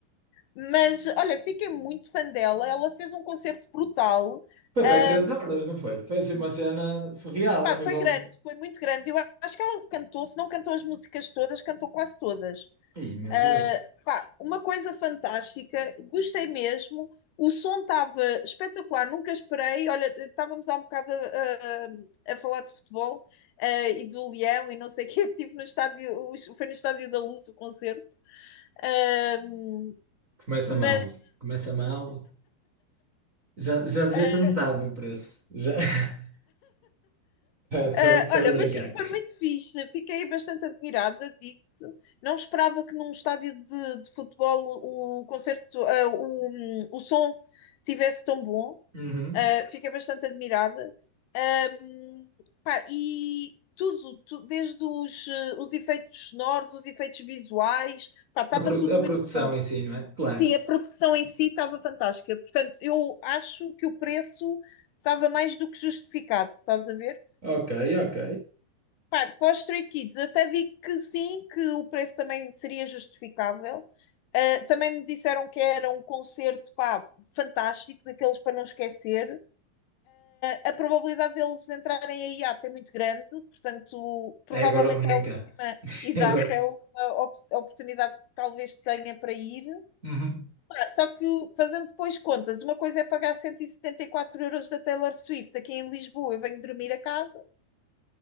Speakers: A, on the left (about 80°); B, on the right (about 35°).
A: Mas, olha, fiquei muito fã dela. Ela fez um concerto brutal.
B: Foi para
A: Hum,
B: aí três horas, não foi? Foi assim uma cena surreal
A: pá,
B: a nível...
A: foi grande, foi muito grande. Eu acho que ela cantou, se não cantou as músicas todas, cantou quase todas.
B: Ih, meu
A: Uh,
B: Deus.
A: pá, uma coisa fantástica, gostei mesmo. O som estava espetacular, nunca esperei. Olha, estávamos há um bocado a, a, a falar de futebol uh, e do Leão e não sei o quê. <laughs> Estive no estádio, foi no estádio da Luz o concerto. Uh,
B: Começa
A: mas,
B: mal. Começa mal. Já, já devia
A: ah,
B: ser metade do preço. Já... <laughs> Estou
A: ah,
B: estou
A: olha,
B: a
A: mas
B: brincar.
A: foi muito fixe. Fiquei bastante admirada, digo não esperava que num estádio de, de futebol o concerto, uh, o, o som tivesse tão bom.
B: Uhum.
A: Uh, fiquei bastante admirada. Um, pá, e tudo, tu- desde os, eh, os efeitos sonoros, os efeitos visuais, pá, estava
B: A, pro-
A: tudo
B: a
A: muito
B: produção
A: bom.
B: em si, não é? Claro.
A: Sim, a produção em si estava fantástica. Portanto, eu acho que o preço estava mais do que justificado, estás a ver?
B: Ok, ok.
A: Pá, para os Stray Kids, eu até digo que sim, que o preço também seria justificável. Uh, também me disseram que era um concerto, pá, fantástico, daqueles para não esquecer. A probabilidade deles entrarem a IAT é muito grande, portanto, provavelmente
B: É agora ou nunca.
A: é a última,
B: <laughs>
A: exato,
B: É agora.
A: é a última op- oportunidade que talvez tenha para ir.
B: Uhum.
A: Ah, Só que, fazendo depois contas, uma coisa é pagar 174 euros da Taylor Swift aqui em Lisboa, eu venho dormir a casa.